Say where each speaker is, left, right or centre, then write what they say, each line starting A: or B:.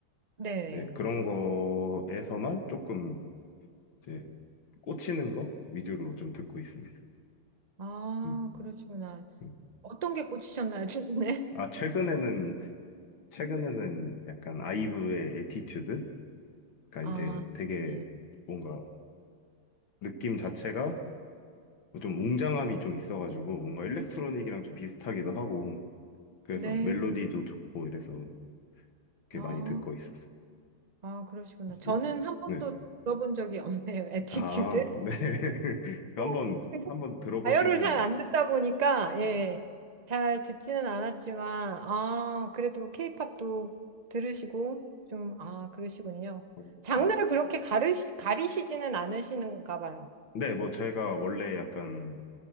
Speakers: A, on the right; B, on the left.
A: 네,
B: 이제 그런
A: 예.
B: 거에서만 조금 이제 꽂히는 거 위주로 좀 듣고 있습니다.
A: 아,
B: 음,
A: 그러시구나.
B: 음.
A: 어떤 게 꽂히셨나요, 최근에?
B: 아, 최근에는, 최근에는 약간 아이브의 에티튜드? 그러니까
A: <laughs> 아,
B: 이제 되게
A: 예.
B: 뭔가 느낌 자체가 좀 웅장함이 좀 있어가지고 뭔가 일렉트로닉이랑 좀 비슷하기도 하고 그래서
A: 네.
B: 멜로디도 좋고 이래서 이렇게
A: 아.
B: 많이 듣고 있었어요.
A: 아, 그러시구나. 저는
B: 네.
A: 한 번도
B: 네.
A: 들어본 적이 없네요. <laughs> 에티튜드
B: 아, 네. <laughs> 그 한번
A: <laughs>
B: 한번 들어보시면은
A: 가요를 잘 안 듣다 보니까,
B: 네.
A: 예, 잘 듣지는 않았지만, 아, 그래도 케이팝도 들으시고, 좀, 아, 그러시군요.
B: 음.
A: 장르를 그렇게 가르시, 가리시지는 않으시는가 봐요.
B: 네, 뭐 제가 원래 약간